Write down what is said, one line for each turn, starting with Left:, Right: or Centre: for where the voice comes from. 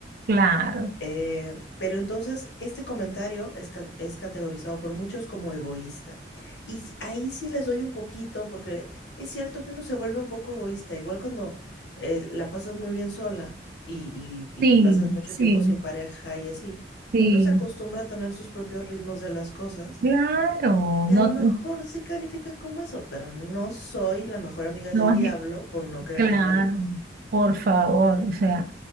Right: claro.
Left: Eh, pero entonces este comentario es, ca- es categorizado por muchos como egoísta. Y si- ahí sí les doy un poquito, porque es cierto que uno se vuelve un poco egoísta, igual cuando eh, la pasas muy bien sola y, y-
Right: Sí,
Left: y pasas mucho
Right: sí,
Left: tiempo sin pareja y así,
Right: sí.
Left: uno se acostumbra a tener sus propios ritmos de las cosas
Right: Claro,
Left: y
Right: no,
Left: a lo mejor se califica como eso, pero no soy la mejor amiga
Right: no
Left: del
Right: es,
Left: diablo por no querer
Right: claro,
Left: tener hijos.
Right: por favor, o sea,